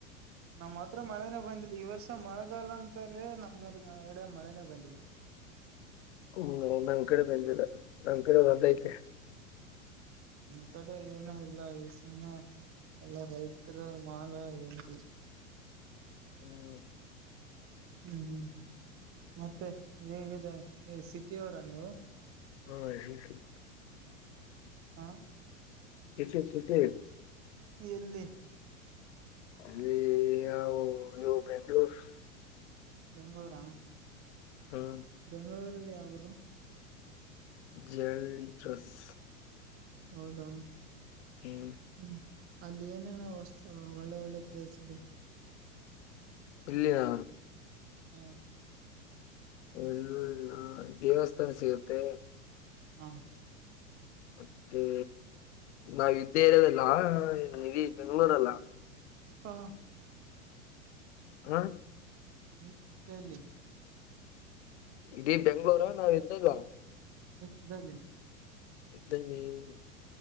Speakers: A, on the right; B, on the left.
A: ನಮ್ ಹತ್ರ ಮಳೆನೆ ಬಂದಿಲ್ಲ ಈ ವರ್ಷ ಮಳಗಾಲ ಅಂತಾರೆ ನಮ್ ಊರ ಕಡೆ ಮಳೆನೇ ಬಂದಿಲ್ಲ. <inaudible>
B: ಹ್ಮ್ ನಮ್ ಕಡೆ ಬಂದಿಲ್ಲ ನಮ್ ಕಡೆ ಬಂದೈತೆ.
A: ನಮ್ ಕಡೆ ಏನು ಇಲ್ಲ ಇ ಸುಮ್ನೆ. ಎಲ್ಲ ರೈತೃ ಮಾಲ ಏನ.
B: ಹ್ಮ್
A: ಹ್ಮ್ ಮತ್ತೆ ಹೇಗಿದೆ ಸಿಟಿ ಅವ್ರ ನೀವು.
B: ಹಾ ಸಿಟಿ.
A: ಹಾ
B: ಸಿಟಿ ಸಿಟಿ.
A: ಎಲ್ಲಿ
B: ಎಲ್ಲಿ ಯಾವ್ ಯಾವ್ ಬೆಂಗ್ಳುರ್ಸ್.
A: ಬೆಂಗ್ಳೂರ
B: ಹ್ಮ್
A: ಬೆಂಗ್ಳೂರಲ್ಲಿ ಯಾವುರು.
B: ಜಳ್ಲಿ ಕ್ರಸ್.
A: ಹೌದಾ
B: ಹ್ಮ್
A: ಹ್ಮ್ ಅಲ್ಲಿ ಏನೇನೋ ವಸ್ ಒಳ್ಳೆ ಒಳ್ಳೆ ಪ್ಲೇಸ್ ಇದೆ.
B: ಇಲ್ಲಿಯಾ.
A: ಹಾ
B: ಎಲ್ಲು ಇಲ್ಲ ದೇವಸ್ಥಾನ ಸಿಗುತ್ತೆ
A: ಹಾ
B: ಮತ್ತೆ ನಾವ ಇದ್ದ ಏರಿಯಾಯದಲ್ಲ ಇಲ್ಲಿ ಬೆಂಗಳೂರಲ್ಲ
A: <unintelligible>
B: ಹಾ
A: ಮಾತೇಲ್ಲಿ
B: ಇಡೀ ಬೆಂಗಳೂರ ನಾವ್ಯಿದದ್ದ
A: <unintelligible>
B: <unintelligible>